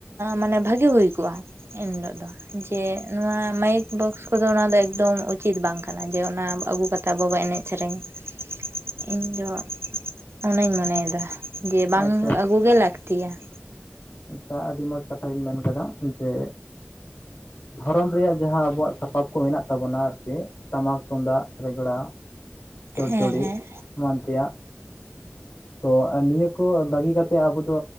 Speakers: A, on the right; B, on the left.
A: ᱢᱟᱱᱮ ᱵᱷᱟᱜᱤ ᱦᱩᱭ ᱠᱚᱜᱼᱟ ᱮᱱ ᱦᱤᱞᱳᱜ ᱫᱚ ᱡᱮ ᱱᱚᱣᱟ ᱢᱟᱭᱤᱠ ᱵᱚᱠᱥ ᱠᱚᱫᱚ ᱚᱱᱟ ᱫᱚ ᱮᱠᱫᱚᱢ ᱩᱪᱤᱛ ᱵᱟᱝ ᱠᱟᱱᱟ ᱡᱮ ᱚᱱᱟ ᱟᱹᱜᱩ ᱠᱟᱛᱮ ᱛᱟ ᱟᱵᱚ ᱵᱚ ᱮᱱᱮᱡ ᱥᱮᱨᱮᱧ-ᱟ
B: <inaudible>
A: ᱾ ᱤᱧ ᱡᱚ ᱚᱱᱧ ᱢᱚᱱᱮᱭᱮᱫᱟ ᱡᱮ ᱵᱟᱝ
B: ᱟᱪᱪᱷᱟ
A: ᱟᱹᱜᱩ ᱜᱮ ᱞᱟᱹᱠᱛᱤᱭᱟ ᱾
B: ᱟᱪᱷᱟ ᱟᱹᱰᱤ ᱢᱚᱸᱡᱽ ᱠᱟᱛᱷᱟ ᱵᱤᱱ ᱢᱮᱱ ᱠᱟᱫᱟ ᱡᱮ ᱫᱷᱚᱨᱚᱢ ᱨᱮᱭᱟᱜ ᱡᱟᱦᱟᱸ ᱟᱵᱚᱣᱟᱜ ᱥᱟᱯᱟᱵ ᱠᱚ ᱢᱮᱱᱟᱜ ᱛᱟᱵᱚᱱᱟ ᱟᱨᱠᱮ ᱴᱟᱢᱟᱠ ᱛᱩᱢᱫᱟᱜ ᱨᱮᱜᱽᱲᱟ ᱾ ᱪᱚᱲᱪᱚᱲᱤ
A: ᱦᱮᱸ ᱦᱮᱸ
B: ᱮᱢᱟᱱ ᱛᱮᱭᱟᱜ ᱛᱚ ᱱᱤᱭᱟᱹ ᱠᱚ ᱵᱟᱹᱜᱤ ᱠᱟᱛᱮ ᱟᱵᱚ ᱫᱚ